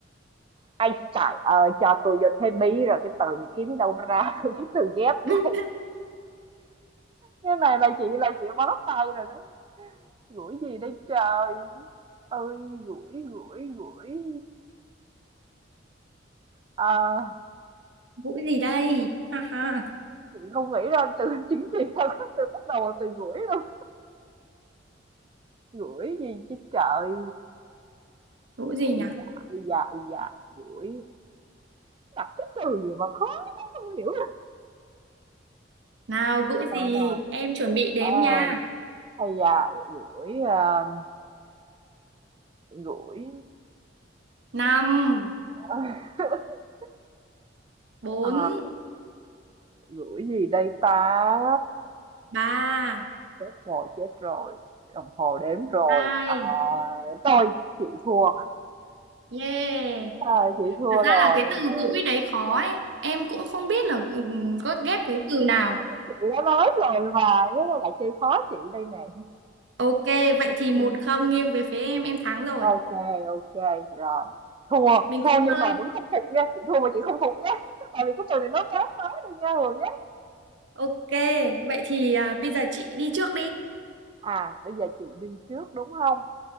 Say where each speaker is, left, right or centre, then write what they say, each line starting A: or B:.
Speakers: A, on the right; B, on the right.
A: Ây trời ơi, cho tôi vô thế bí rồi cái từ này kiếm đâu ra <laughs> cái từ ghép đây.
B: <laughs>
A: Cái này là chị là chị bó tay rồi đấy. Gũi gì đây trời. Ơi, gũi, gũi, gũi. Ờ,
B: gũi gì đây ha ha
A: chị không nghĩ ra từ <laughs> chính trị đâu <laughs> có từ bắt đầu bằng từ gũi luôn. Gũi gì chứ trời.
B: gũi gì
A: Ây
B: nhỉ
A: da, ây da, ây da, gũi. Đặt cái từ gì mà khó không hiểu.
B: nào gũi gì
A: Coi nào.
B: em chuẩn bị đếm
A: À,
B: nha
A: à hay da, gửi, a, gửi
B: năm
A: <laughs>
B: bốn
A: ờ, gửi gì đây ta?
B: ba
A: Chết rồi, chết rồi, đồng hồ đếm rồi.
B: hai
A: Ờ, thôi chị thua.
B: yeah
A: Ờ, chị thua
B: Thật ra
A: rồi,
B: là cái
A: Hường
B: từ
A: ơi.
B: gũi đấy khó ấy. Em cũng không biết là gũ- ừ, có ghép với từ nào.
A: Chị đã nói rồi mà, cái này là chơi khó chị đây nè.
B: Ok, vậy thì
A: Ừ.
B: một không nghiêng về phía em, em thắng rồi.
A: Ok, ok, rồi. Thua,
B: Mình
A: thua
B: cũng
A: nhưng
B: chơi.
A: mà vẫn không phục nha, chị thua mà chị không phục nha. Tại vì cái từ này nó quá khó đi nha Hường nhé.
B: Ok, vậy thì à, bây giờ chị đi trước đi.
A: À, bây giờ chị đi trước đúng không?